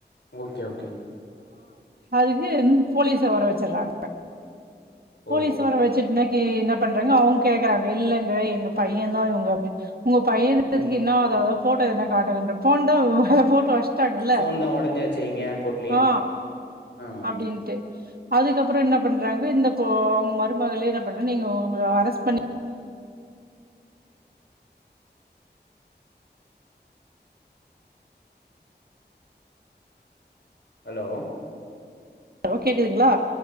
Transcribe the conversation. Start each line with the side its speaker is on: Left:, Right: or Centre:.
Left: Okay okay.
Right: அதுக்கு போலீஸ வர வச்சிடுறாங்க. போலீஸ்
Left: ஓ
Right: வர வச்சுட்டு இன்னைக்கி என்ன பண்றாங்க அவங்க கேக். வரவேயில்ல. எங்க பையன் தான் இவங்க அப்படினு. உங்க பையன்றதுக்கு
Left: ம்
Right: என்ன ஆதாரோ போட்டா எதனா. காட்டுங்க இந்த போன்தா போன். வச்சுட்டாங்கல்ல.
Left: ஃபோன் தா ஒடஞ்சாச்சே இங்க ஏர்போர்ட்லயே
Right: ஆ
Left: ஆமா
Right: அப்படின்ட்டு. அதுக்கப்புறம் என்ன பண்றாங்க இந்த அவங்க மருமகளே என்ன பண்ற நீங்க அவங்கள அரெஸ்ட் பண்ணி.
Left: ஹலோ.
Right: ஹலோ கேக்குதுங்களா.